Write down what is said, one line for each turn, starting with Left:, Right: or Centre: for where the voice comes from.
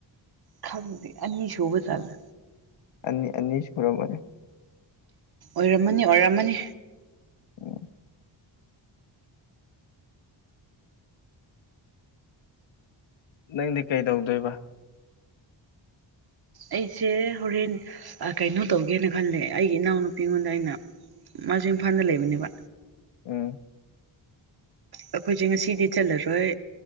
Right: ꯈꯪꯗꯦ ꯑꯅꯤ ꯁꯨꯕ ꯖꯥꯠꯂ
Left: ꯑꯅꯤ ꯑꯅꯤꯁꯨꯔꯝꯃꯅꯤ
Right: ꯑꯣꯏꯔꯝꯃꯅꯤ ꯑꯣꯏꯔꯝꯃꯅꯤ
Left: ꯎꯝ ꯅꯪꯗꯤ ꯀꯩ ꯗꯧꯗꯣꯏꯕ
Right: ꯑꯩꯁꯦ ꯍꯣꯔꯦꯟ ꯑ ꯀꯩꯅꯣ ꯇꯧꯒꯦꯅ ꯈꯜꯂꯦ ꯑꯩꯒꯤ ꯏꯅꯥꯎꯅꯨꯄꯤ ꯑꯃꯗ ꯑꯩꯅ ꯃꯥꯁꯦ ꯏꯝꯐꯥꯜꯗ ꯂꯩꯕꯅꯦꯕ
Left: ꯎꯝ
Right: ꯑꯩꯈꯣꯏꯁꯦ ꯉꯁꯤꯗꯤ ꯆꯜꯂꯔꯣꯏ